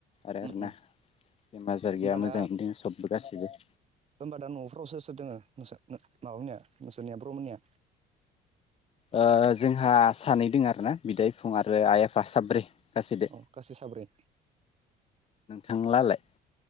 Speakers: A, on the left (about 35°); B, on the right (about 40°).
A: आरो
B: उम
A: आरोना
B: उम
A: बेमार आजार
B: होमबा
A: गैया
B: दा
A: मोजाङैनो दं सब बो गासैबो
B: होमबा दा न'फ्राव सोर सोर दंङ नोंसा नो माबा मोनिया नोंसानिया ब्र मोनिया?
A: ओ जोंहा सानै दङ आरोना बिदाय बिफं आरो आइ आफा साब्रै। गासैदो
B: अ गासै साब्रै
A: थांलालाय